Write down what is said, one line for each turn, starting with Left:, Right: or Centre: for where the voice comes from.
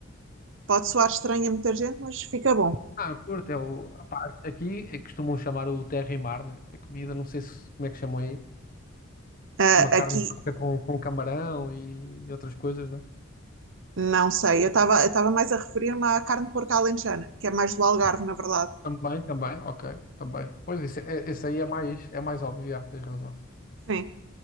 Right: Pode soar estranho a muita gente, mas fica bom.
Left: Ah, eu curto, é o. ah, aqui é que costumam chamar o terra e mar, né? A comida, não sei se, como é que chamam aí.
Right: Uh,
Left: Uma
Right: aqui,
Left: carne de coca com, com camarão e outras coisas, né?
Right: Não sei, eu estava eu estava mais a referir-me à carne de porco alentejana, que é mais do Algarve, na verdade.
Left: Também, também, ok, também. Pois isso, é- esse aí é mais, é mais óbvio, já, tens razão.
Right: Sim.